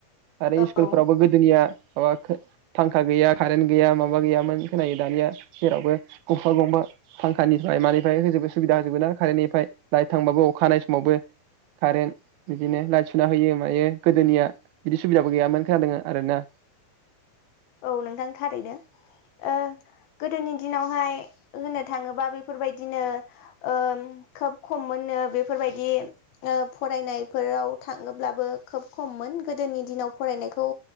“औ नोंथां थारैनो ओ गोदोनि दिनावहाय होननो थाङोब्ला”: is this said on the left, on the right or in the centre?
Left